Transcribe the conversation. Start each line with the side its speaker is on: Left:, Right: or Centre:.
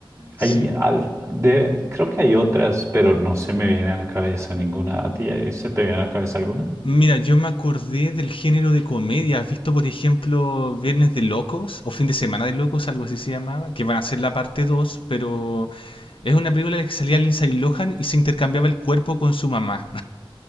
Right: Hay
Left: sí.
Right: al- de- creo que hay otras, pero no se me viene a la cabeza ninguna. ¿A ti eh, se te viene a la cabeza alguna?
Left: Mira, yo me acordé del género de comedia. ¿Has visto, por ejemplo, Viernes de Locos o Fin de Semana de Locos, algo así se llamaba? Que van a ser la parte 2, pero es una película en la que salía Lindsay Lohan y se intercambiaba el cuerpo con su mamá.